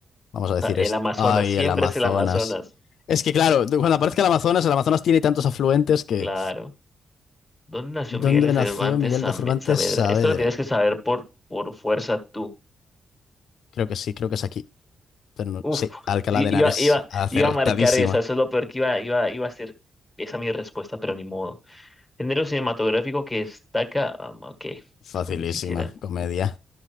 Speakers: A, on the left; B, in the centre.
A: Vamos a
B: O
A: decir
B: sea, el
A: esto.
B: Amazonas,
A: Ay,
B: siempre
A: el Amazonas.
B: es el Amazonas.
A: Es que claro, cuando aparezca el Amazonas, el Amazonas tiene tantos afluentes que...
B: Claro. ¿Dónde nació Miguel
A: ¿Dónde
B: de Cervantes
A: nació Miguel
B: Same-
A: de Cervantes
B: Saavedra?
A: Saavedra?
B: Esto lo tienes que saber por, por fuerza tú.
A: Creo que sí, creo que es aquí. Pero no-
B: Uf,
A: sí, Alcalá
B: i-
A: de Henares,
B: iba, iba,
A: acertadísima.
B: iba a marcar esa, eso es lo peor que iba, iba, iba a hacer. Esa mi respuesta, pero ni modo. Género cinematográfico que destaca. ah, ok,
A: Facilísima,
B: esto ni siquiera.
A: comedia.